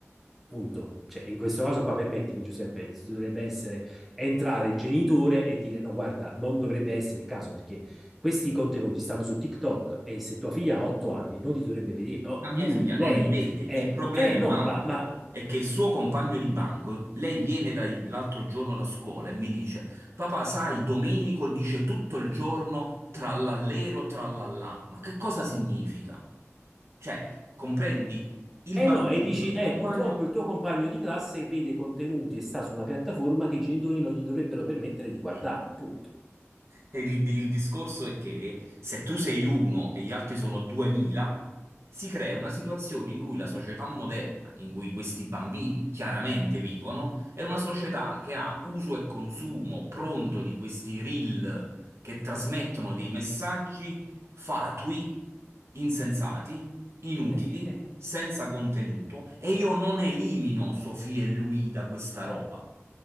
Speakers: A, in the centre; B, on the right.
A: Punto. Cioè, in questo caso qua, permettimi Giuseppe, si dovrebbe essere entrare il genitore e dire no, guarda, non dovrebbe essere il caso perché questi contenuti stanno su TikTok e se tua figlia ha otto anni non li dovrebbe vedere, oh,
B: Ma mia
A: lui,
B: figlia non
A: lei,
B: li vede. Il
A: eh,
B: problema
A: eh
B: è
A: no,
B: un altro,
A: ma, ma
B: è che il suo compagno di banco, lei viene dai- l'altro giorno da scuola e mi dice, papà, sai, Domenico dice tutto il giorno trallallero, trallallà. Ma che cosa significa? Cioè, comprendi? Il
A: eh
B: bambino,
A: no, e dici,
B: il
A: eh,
B: compagno...
A: purtroppo il tuo compagno di classe vede contenuti e sta su una piattaforma che i genitori non gli dovrebbero permettere di guardare,
B: E-
A: punto.
B: Il, il discorso è che se tu sei uno e gli altri sono 2000, si crea una situazione in cui la società moderna, in cui questi bambini chiaramente vivono, è una società che ha uso e consumo pronto di questi reel che trasmettono dei messaggi fatui, insensati, inutili
A: Eh,
B: senza contenuto e io non elimino Sofì e lui da questa roba,